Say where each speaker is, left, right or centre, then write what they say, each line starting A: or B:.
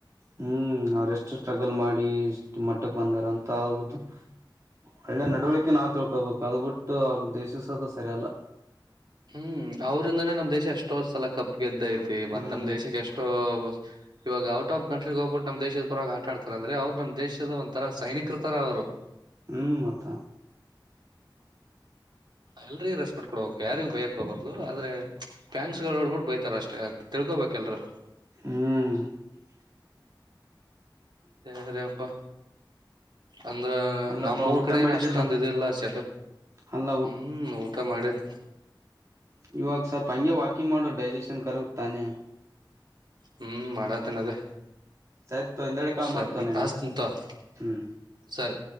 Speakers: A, on the right (about 35°); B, on the right (about 60°).
A: ಹ್ಮ ಅವ್ರೆಷ್ಟು ಸ್ಟ್ರಗಲ್ ಮಾಡಿ ಇಷ್ಟ ಮಟ್ಟಕ್ ಬಂದಾರ ಅಂತ ಅವ್ರದ್ದು ಒಳ್ಳೆ ನಡವಳಿಕೆ ನಾವು ತಿಳ್ಕೊಬೇಕು ಅದ್ ಬಿಟ್ಟು ಅವ್ರ ದ್ವೇಷಿಸೋದು ಸರಿ ಅಲ್ಲ.
B: ಹ್ಮ ಅವ್ರಿಂದಾನೇ ನಮ್ಮ ದೇಶ ಎಷ್ಟೋ ಸಲಕ್ ಕಪ್ ಗೆದ್ದ ಐತಿ ಮತ್
A: ಹ್ಮ್
B: ನಮ್ ದೇಶಕ್ ಎಷ್ಟೋ ಇವಾಗ ಔಟ್ ಆಫ್ ಕಂಟ್ರಿಗ್ ಹೋಗ್ಬಿಟ್ಟು ನಮ್ ದೇಶದ ಪರವಾಗಿ ಆಟ ಆಡ್ತಾರ ಅಂದ್ರೆ ಅವ್ರು ನಮ್ ದೇಶದ ಒಂತರ ಸೈನಿಕರ ತರ ಅವ್ರು.
A: ಹ್ಮ ಮತ್ತ.
B: ಎಲ್ರಿಗ್ ರೆಸ್ಪೆಕ್ಟ ಕೊಡ್ಬೇಕು ಯಾರಿಗ್ ಬಯಕ್ ಹೋಗಾರ್ದು ಆದ್ರೆ ಫ್ಯಾನ್ಸ್ಗಳು ನೋಡ್ಬಿಟ್ಟು ಬೈತಾರ ಅಷ್ಟೇ ತಿಳ್ಕೋಬೇಕೆಲ್ರು.
A: ಹ್ಮ
B: ಸರಿ ಅಪ್ಪ. ಅಂದ್ರ
A: ಅಲ್ಲಪ್ಪಾ
B: ನಮ್ಮೂರ್
A: ಊಟ
B: ಕಡೆ
A: ಮಾಡಿದ್ದಿಲ್ಲ
B: ಏನ ಅಷ್ಟೊಂದ್ ಇದಿಲ್ಲ ಸೇಕ
A: ಅಲ್ಲ
B: ಹ್ಮ್ ಊಟ ಮಾಡೆನಿ.
A: ಇವಾಗ್ ಸ್ವಪ್ ಹಂಗೆ ವಾಕಿಂಗ್ ಮಾಡೋ ಡೈಜೆಷನ್ ಕರ ತಾನೆ.
B: ಹ್ಮ ಮಾಡತೀನ್ ಅದೇ
A: ಸರಿ ತೊ ಹಿಂದೆಡೆ ಕಾಲ್
B: ಸರಿ
A: ಮಾಡ್ತವ ನಿನ್ಗೆ
B: ಅಷತಿನ್ ತೊಗ್
A: ಹ್ಮ್
B: ಸರಿ.